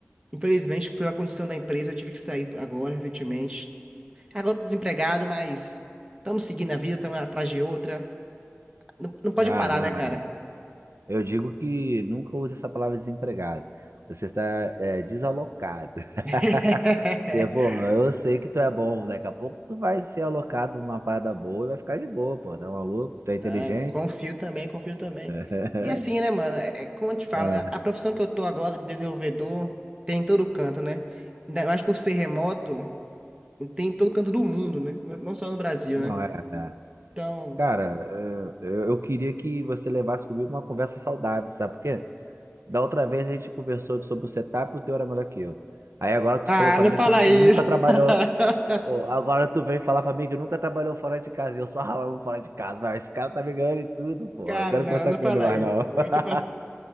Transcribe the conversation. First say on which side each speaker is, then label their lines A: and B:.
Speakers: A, on the right; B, on the right.
A: infelizmente, pela condição da empresa, eu tive que sair agora, recentemente. Agora eu tô desempregado, mas estamos seguindo a vida, estamos atrás de outra. Não, não pode
B: Ah,
A: parar,
B: não.
A: né, cara?
B: é. Eu digo que nunca use essa palavra desempregado. Você está é, desalocado. <laughs>
A: <laughs>
B: Porque, pô, eu sei que tu é bom. Daqui a pouco tu vai ser alocado numa parada boa e vai ficar de boa, pô. Tá maluco? Tu é
A: Né?
B: inteligente?
A: confio também, confio também.
B: <laughs>
A: E assim, né, mano? É, é como eu te falo,
B: É,
A: né? A profissão que eu tô agora de desenvolvedor tem em todo canto, né? Ainda mais por ser remoto, tem em todo canto do mundo, né? Não não só no Brasil,
B: Não
A: né?
B: é, né?
A: Então.
B: Cara, eh, eu, eu queria que você levasse comigo uma conversa saudável, sabe por quê? Da outra vez a gente conversou sobre o setup e o teu era melhor que eu. Aí agora tu
A: Ah,
B: falou pra
A: não
B: mim
A: fala
B: que nunca,
A: isso!
B: nunca trabalhou.
A: <laughs>
B: Ô, Agora tu vem falar pra mim que nunca trabalhou fora de casa e eu só ralava fora de casa. Mas esse cara tá me ganhando em tudo, pô.
A: Cara,
B: Eu quero
A: não,
B: conversar
A: não
B: com
A: fala
B: ele mais
A: isso.
B: não. <laughs>
A: pô. É de é